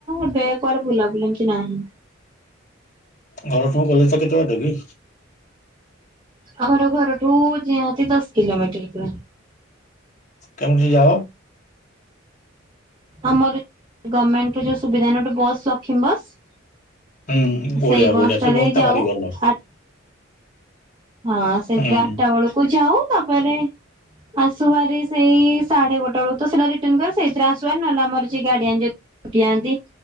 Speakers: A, on the right; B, on the left.
A: ଏବେ କୁଆଡ଼େ ବୁଲାବୁଲି ଏମତି ନାହିଁ।
B: ଘରୁ ତମ କଲେଜ୍ ଟା କେତେ ବାଟ କି?
A: ଆମର ଘରଠୁ ଯେହାତି ଦଶ କିଲୋମିଟର୍ ପୁଆ।
B: କେମିତି ଯାଅ?
A: ଆମର ଗମେଣ୍ଟ୍ ର ଯୋଉ ସୁବିଧା ଏଇନା ଓଟେ ବସ୍‌ ଲକ୍ଷୀମ୍ ବସ୍‌
B: ହୁଁ ବଢିଆ
A: ସେଇ ବସ୍‌
B: ବଢିଆ ସେ
A: ଟାରେ
B: ବସ୍ ଟା
A: ଯାଉ
B: ଭାରି ଭଲ
A: ଆ ହଁ ସେଇଥିରେ
B: ହୁଁ
A: ଆଟା ବେଳୁକୁ ଯାଉ ତାପରେ ଆସୁବାରି ସେଇ ସାଢ଼େ ଗୋଟେ ବେଳୁ ତ ସେଟା ରିଟର୍ନ କରୁ ସେଇଥିରେ ଆସୁବାରି ନହେଲେ ଆମର ଯିଏ ଗାର୍ଡିଆନ୍ ଯ ଉଠିଯାଆନ୍ତି